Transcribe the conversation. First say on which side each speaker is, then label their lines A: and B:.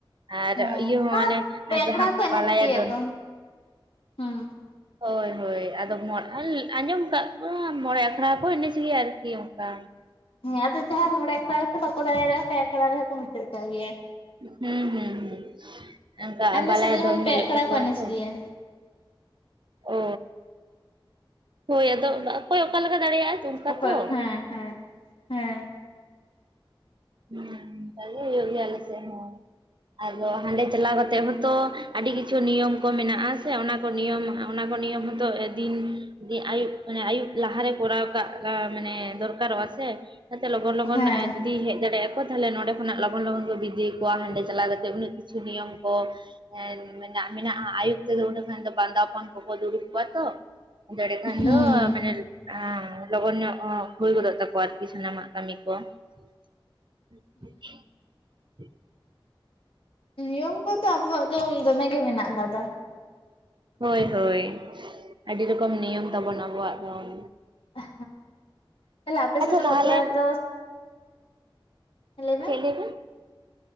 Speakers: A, on the right; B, on the left.
A: ᱟᱨ
B: ᱦᱮᱸ
A: ᱤᱭᱟᱹ ᱦᱚᱸ ᱢᱟᱱᱮ
B: ᱟᱨ ᱯᱮ ᱟᱠᱷᱲᱟ
A: ᱡᱟᱸᱦᱟᱸ
B: ᱠᱚ ᱮᱱᱮᱡ
A: ᱵᱟᱞᱟᱭᱟ
B: ᱜᱮᱭᱟ
A: ᱫᱚᱱ
B: ᱠᱚ ᱦᱩᱸ
A: ᱦᱳᱭ ᱦᱳᱭ ᱟᱫᱚ ᱟᱸᱡᱚᱢ ᱠᱟᱜ ᱠᱚᱣᱟ ᱢᱚᱬᱮ ᱟᱠᱷᱲᱟ ᱠᱚ ᱮᱱᱮᱡ ᱜᱮᱭᱟ ᱟᱨᱠᱤ ᱚᱱᱠᱟ᱾
B: ᱦᱮᱸ ᱟᱫᱚ ᱡᱟᱸᱦᱟᱸᱭ ᱢᱚᱲᱮ ᱟᱠᱷᱲᱟ ᱵᱟᱠᱚ ᱫᱟᱲᱮᱭᱟᱫᱟ ᱯᱮ ᱟᱠᱷᱲᱟ ᱨᱮᱦᱚᱸ ᱠᱚ ᱢᱩᱪᱟᱹᱜ ᱠᱟᱜ ᱜᱮᱭᱟ᱾
A: ᱦᱩᱸ ᱦᱩᱸ <inaudible>
B: ᱟᱞᱮ
A: ᱵᱟᱞᱟᱭᱟ
B: ᱥᱮᱫ ᱫᱚ ᱡᱮᱢᱚᱱ
A: ᱫᱚᱱ
B: ᱯᱮ
A: ᱦᱳᱭᱳᱜ
B: ᱟᱠᱷᱲᱟ
A: ᱛᱟᱠᱚᱣᱟ
B: ᱠᱚ ᱮᱱᱮᱡ
A: ᱾
B: ᱜᱮᱭᱟ
A: ᱚ, ᱦᱳᱭ ᱟᱫᱚ ᱚᱠᱚᱭ ᱚᱠᱟ ᱞᱮᱠᱟ ᱫᱟᱲᱮᱭᱟᱜᱼᱟ᱾ ᱛᱩᱢᱠᱟ
B: ᱚᱠᱚᱭ
A: ᱛᱚ
B: ᱦᱮᱸ ᱦᱮᱸ ᱦᱮᱸ
A: ᱩᱱᱠᱟ ᱜᱮ ᱦᱩᱭᱩᱜ ᱜᱮᱭᱟ ᱟᱞᱮ ᱥᱮᱜ ᱦᱚᱸ᱾ ᱟᱡᱽ ᱵᱟᱵᱟ ᱦᱟᱸᱱᱰᱮ ᱪᱟᱞᱟᱣ ᱠᱟᱛᱮᱜ ᱦᱚᱸᱛᱚ ᱟᱹᱰᱤ ᱠᱤᱪᱷᱩ ᱱᱤᱭᱚᱢ ᱠᱚ ᱢᱮᱱᱟᱜᱼᱟ ᱥᱮ ᱚᱱᱟᱠᱚ ᱱᱤᱭᱚᱢ ᱚᱱᱟᱠᱚ ᱱᱤᱭᱚᱢ ᱦᱚᱛᱚ ᱫᱤᱱ ᱡᱤ ᱟᱭᱩᱵ ᱟᱭᱩᱵ ᱞᱟᱦᱟᱨᱮ ᱠᱚᱨᱟᱣ ᱠᱟᱜ ᱠᱟ ᱢᱟᱱᱮ ᱫᱚᱨᱠᱟᱨᱚᱜᱼᱟ ᱥᱮ ᱚᱱᱟᱛᱮ ᱞᱚᱜᱚᱱ ᱞᱚᱜᱚᱱ
B: ᱦᱮᱸ
A: ᱡᱩᱫᱤ ᱦᱮᱡᱽ ᱫᱟᱲᱮ ᱟᱠᱚ ᱛᱟᱦᱚᱞᱮ ᱱᱚᱰᱮ ᱠᱷᱚᱱᱟᱜ ᱞᱚᱜᱚᱱ ᱞᱚᱜᱚᱱ ᱠᱚ ᱵᱤᱫᱟᱹᱭ ᱠᱚᱣᱟ ᱦᱟᱸᱱᱰᱮ ᱪᱟᱞᱟᱣ ᱠᱟᱛᱮ ᱩᱱᱟᱹᱜ ᱠᱤᱪᱷᱩ ᱱᱤᱭᱚᱢ ᱠᱚ ᱦᱮᱸ ᱢᱮᱱᱟᱜᱼᱟ ᱟᱭᱩᱵ ᱛᱮᱫᱚ ᱩᱱᱟᱹᱜ ᱜᱟᱱ ᱫᱚᱵᱟᱝ ᱵᱟᱸᱫᱟᱯᱚᱱ ᱠᱚᱠᱚ ᱫᱩᱲᱩᱵ ᱠᱚᱣᱟ ᱛᱚ᱾ <unintelligible> ᱠᱷᱟᱱ
B: ᱦᱩᱸ
A: ᱫᱚ ᱢᱟᱱᱮ ᱦᱮᱸ ᱞᱚᱜᱚᱱ ᱧᱚᱜ ᱦᱳᱭ ᱜᱚᱫᱚᱜ ᱛᱟᱠᱚᱣᱟ ᱟᱨᱠᱤ ᱥᱟᱱᱟᱢᱟᱜ ᱠᱟᱹᱢᱤ ᱠᱚ ᱾ <inaudible>
B: ᱱᱤᱭᱚᱢ ᱠᱚᱫᱚ ᱟᱵᱚᱣᱟᱜ ᱫᱚ ᱫᱚᱢᱮ ᱜᱮ ᱢᱮᱱᱟᱜ ᱟᱠᱟᱫᱟ ᱾
A: ᱦᱳᱭ, ᱦᱳᱭ ᱟᱹᱰᱤ ᱨᱚᱠᱚᱢ ᱱᱤᱭᱚᱢ ᱛᱟᱵᱚᱱ ᱟᱵᱚᱣᱟᱜ ᱫᱚ ᱾
B: ᱦᱮᱸ ᱛᱟᱦᱚᱞᱮ ᱟᱯᱮ ᱥᱮᱫ ᱫᱚ
A: ᱛᱟᱦᱚᱞᱮ
B: ᱵᱟᱯᱞᱟ ᱨᱮᱫᱚ ᱦᱮᱸ ᱞᱟᱹᱭ ᱢᱮ ᱾
A: <inaudible>